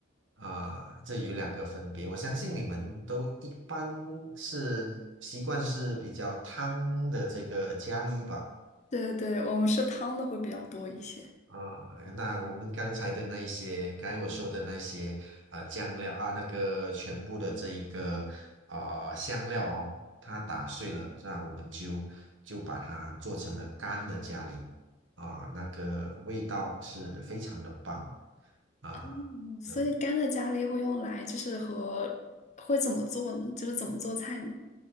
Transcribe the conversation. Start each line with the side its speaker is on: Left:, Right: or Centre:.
Right: 啊、这有两个分别。我相信你们都一般是习惯是比较汤的这个咖喱吧？
Left: 对对对，我们是汤的会比较多一些。
Right: 啊、那我们刚才的那一些，刚才我说的那些，呃，酱料啊，那个全部的这一个啊、呃香料哦，它打碎了，那我们就就把它做成了干的咖喱啊、那个味道是非常的棒啊、
Left: 嗯，所以干的咖喱会用来就是和会怎么做呢？
Right: 呃
Left: 就是怎么做菜呢？